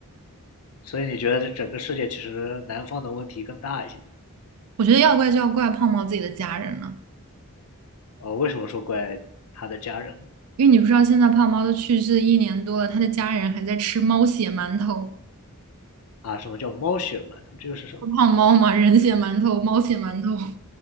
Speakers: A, on the left; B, on the right.
A: 所以你觉得这整个世界其实南方的问题更大一些？
B: 我觉得要怪就要怪胖猫自己的家人了，
A: 呃，为什么说怪他的家人呢？
B: 因为你不知道现在胖猫都去世一年多了，他的家人还在吃猫血馒头，
A: 啊，什么叫猫血馒头？这个是什么
B: <laughs> 胖猫嘛，人血馒头、猫血馒头，